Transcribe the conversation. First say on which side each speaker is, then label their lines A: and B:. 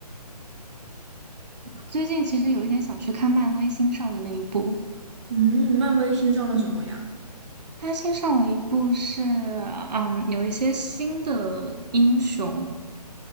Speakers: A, on the right (about 80°); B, on the right (about 45°).
A: 我最近其实有一点想去看漫威新上的那一部，
B: 嗯，漫威新上了什么呀？
A: 他新上了一部是，嗯，有一些新的英雄，